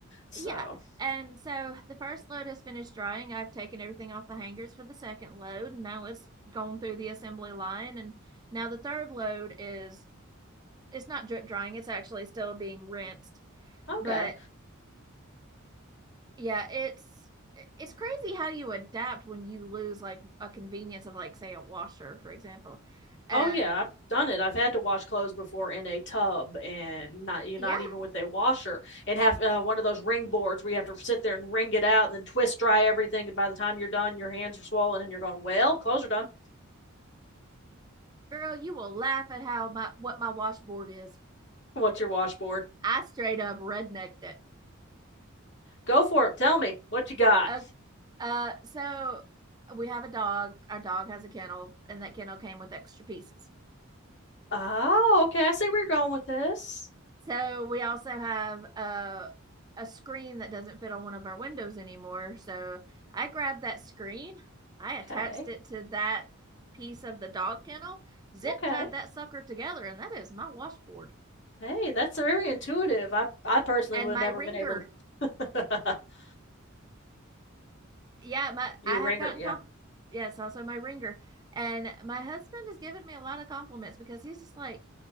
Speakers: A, on the left; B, on the right.
A: So,
B: yeah. And so the first load has finished drying. I've taken everything off the hangers for the second load. And now it's gone through the assembly line. And now the third load is it's not drip drying, it's actually still being rinsed.
A: okay.
B: But yeah, it's it's crazy how you adapt when you lose like a convenience of like say a washer, for example. Uh
A: Oh yeah, I've done it. I've had to wash clothes before in a tub and not you
B: yeah,
A: not even with a washer and have uh, one of those ring boards where you have to sit there and wring it out and then twist dry everything and by the time you're done your hands are swollen and you're going, "Well, clothes are done.
B: girl, you will laugh at how my what my washboard is.
A: What's your washboard?"
B: I straight up rednecked it.
A: Go for it. Tell me what you got.
B: Uh, uh, so we have a dog. Our dog has a kennel, and that kennel came with extra pieces.
A: Oh, okay. I see where you're going with this.
B: So we also have a a screen that doesn't fit on one of our windows anymore. So I grabbed that screen, I attached
A: Okay.
B: it to that piece of the dog kennel, zip
A: Okay.
B: tied that sucker together, and that is my washboard
A: Hey, that's very intuitive. I I personally
B: and
A: would have
B: my
A: never
B: ringer
A: been able to <laughs>
B: yeah, my
A: your
B: I have
A: ringer.
B: gotten
A: Yeah.
B: comp. Yes, also my ringer, and my husband has given me a lot of compliments because he's just like,